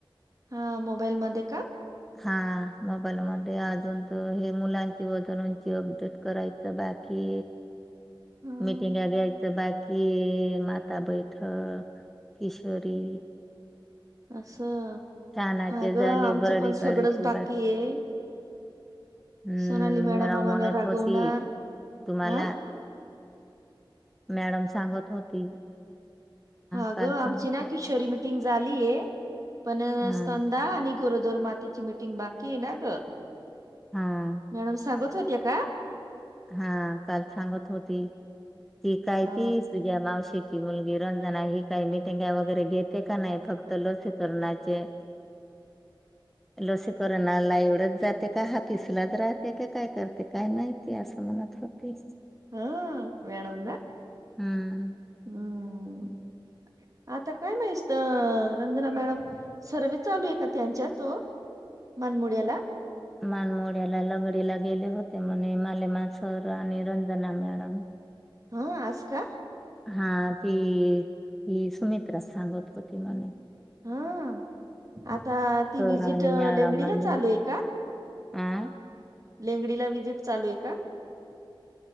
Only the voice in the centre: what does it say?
हा मोबाईल म अजून तर हे मुलांची वजन उची अपडेट करायची बाकी
मिटिंग घ्यायचं बाकी कि माता बैठक किशोरी
छानाचे
झाले
बरडी
काढायचे
हम्म
म्हणत
होती तुम्हाला
मॅडम सांगत होती
काल
सांगत
होती.
हा
हा
हा काल सांगत होती ती काय
ती तुझ्या मावशी. ची मुलगी रंजना ही काही मिटिंग वगैरे घेते का नाही फक्त लसकरणाचे.
लसीकरणाला एवढच जाते. का हा हापिसलाच राहते का काय करते काय माहितीय असं म्हणत होते.
हम्म.
मानमोड्याला लंगडीला गेले होते म्हणे मालेमा सर आणि रंजना मॅडम
हा ती ही सुमित्रा सांगत होती मला
सर
आणि मॅडम
लागलेली
आ